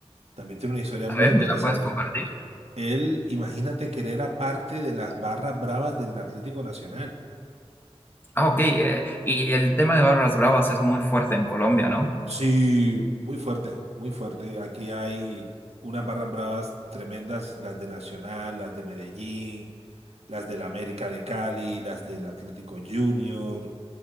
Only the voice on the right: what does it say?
también tiene una historia
muy
interesante.
Él, imagínate que él era parte de las barras bravas del Atlético Nacional.
Sí, muy fuerte, muy fuerte. Aquí hay unas barras bravas tremendas, las de Nacional, las de Medellín, las del América de Cali, las del Atlético Junior.